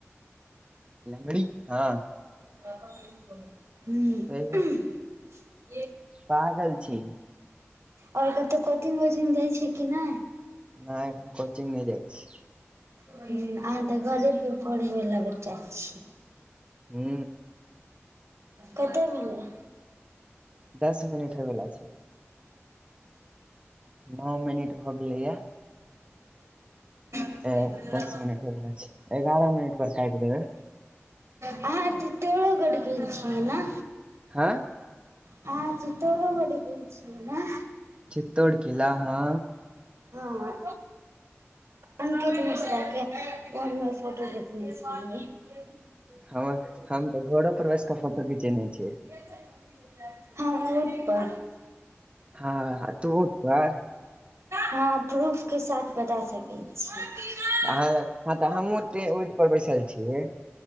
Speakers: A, on the right; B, on the right.
A: नगड़ी हँ
B: हु
A: कहियौ पागल छै ई
B: आओर कतहु कोचिंग वोचिंग जाइ छी कि नै
A: नै अखन कोचिंग नै जाइ छिए
B: हू आहाँ तऽ घरे पेर पढ़ैय वला बच्चा छी।
A: हु
B: कते भेलैैय
A: दस मिनट होय बला छै नओ मिनट भऽ गेलैया
B: <unintelligible> <unintelligible> <unintelligible> अहा
A: ए दस मिनट हो गेल छै एगारह मिनट पर काटि देबै
B: तऽ चितौरो गढ़ गेल छियै नऽ
A: हाय
B: आहाँ चितौरो गढ़ गेल छियै नऽ
A: चित्तौड़ किला हँ
B: हं अंकित मिश्राके फोनमे फोटो देखने छलिए।
A: ह हम तऽ घोरो पर बैस कऽ फोटो घिचेने छियैय
B: <unintelligible>
A: हँ तु ऊट पर
B: हँ प्रूफके साथ बता सकैय छी हँ
A: अहाँ लग ह तऽ हमहु ओतैय ऊट पर बैसल छीयै